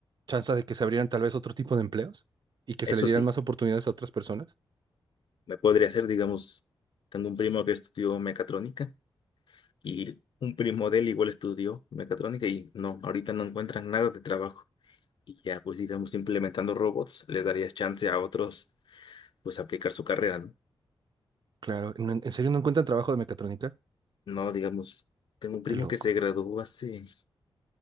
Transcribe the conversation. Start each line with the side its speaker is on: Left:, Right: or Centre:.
Right: chance de que se abrieran tal vez otro tipo de empleos y que
Left: Eso
Right: se le dieran
Left: sí,
Right: más oportunidades a otras personas.
Left: me podría hacer, digamos, tengo un primo que estudió mecatrónica y un primo de él igual estudió mecatrónica y no, ahorita no encuentran nada de trabajo. Y ya, pues digamos, implementando robots, le darías chance a otros, pues, aplicar su carrera, ¿no?
Right: Claro, ¿no- ¿en serio no encuentran trabajo de mecatrónica?
Left: No, digamos, tengo un primo
Right: Qué loco.
Left: que se graduó hace